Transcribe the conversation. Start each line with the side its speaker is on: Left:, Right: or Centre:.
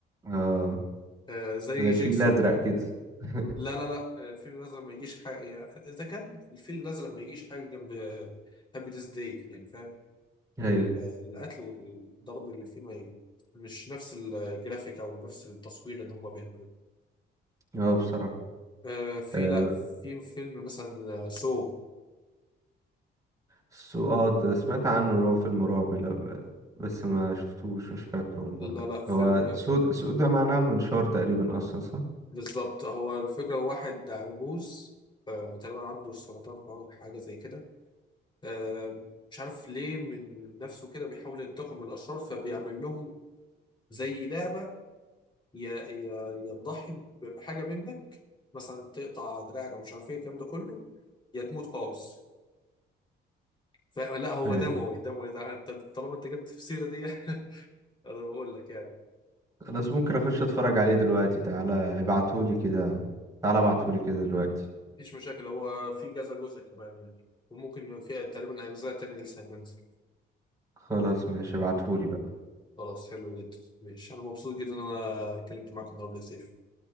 Right: اه
Left: <laughs> آه زي
Right: زي
Left: جيكسو
Right: الفيل الازرق كده <laughs>
Left: لا لا لا آه، الفيل الأزرق ما يجيش حاجة يعني إذا كان الفيل الأزرق ما يجيش حاجة جنب هابي ديز داي يعني فاهم
Right: ايوه
Left: ال- القتل والضرب اللي فيه ما ي- مش نفس الجرافيك أو نفس التصوير اللي هما بيعملوه
Right: اه بصراحة
Left: آه، في
Right: آه
Left: لا في فيلم مثلا سو
Right: سو اه ده سمعت عنه ان هو فيلم رعب لا ب- بس ما شفتوش مش فاكر والله
Left: لا لا فيلم
Right: هو سود سود ده معناه المنشار تقريبا اصلا صح؟
Left: بالظبط هو الفكرة واحد عجوز آه، تقريبا عنده سرطان أو حاجة زي كده آه، مش عارف ليه من من نفسه كده بيحاول ينتقم من الأشرار فبيعمل لهم زي لعبة يا يا يا تضحي بحاجه منك مثلا تقطع دراعك ومش عارف ايه الكلام ده كله يا تموت قوس فلا هو
Right: ايوه
Left: دموي دموي ده انت طالما انت جبت في السيره دي <laughs> انا بقول لك يعني
Right: خلاص ممكن اخش اتفرج عليه دلوقتي تعالى ابعتهولي كده تعالى ابعتهولي كده دلوقتي
Left: مفيش مشاكل هو في كذا جزء كمان يعني وممكن يبقى في تقريبا اجزاء تانية لسه هتنزل
Right: خلاص ماشي ابعتهولي بقى
Left: خلاص حلو جدا ماشي انا مبسوط جدا ان انا اتكلمت معاك النهارده يا سيف